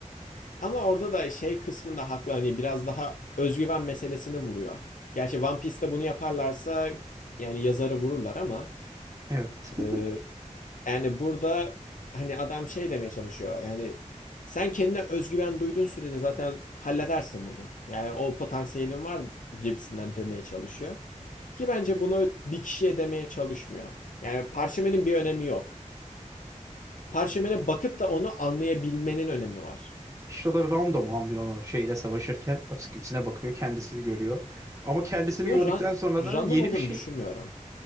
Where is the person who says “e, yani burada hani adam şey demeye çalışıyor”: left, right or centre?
Left